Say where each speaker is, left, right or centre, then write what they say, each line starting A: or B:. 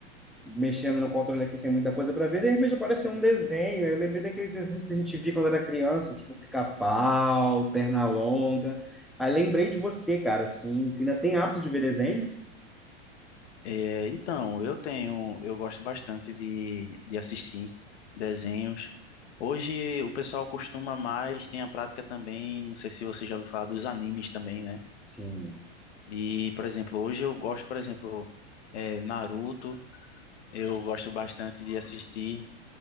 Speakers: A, in the centre; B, on the left (about 65°).
A: mexendo no controle aqui sem muita coisa pra ver, de repente apareceu um desenho. Eu lembrei daqueles desenhos que a gente via quando era criança, tipo Pica-Pau, Pernalonga. Aí lembrei de você, cara, assim, você ainda tem hábito de ver desenho?
B: É, então, eu tenho, eu gosto bastante de, de assistir desenhos. Hoje o pessoal costuma mais, tem a prática também, não sei se você já ouviu falar dos animes também, né?
A: Sim,
B: E, por exemplo, hoje eu gosto, por exemplo, é, Naruto, eu gosto bastante de assistir.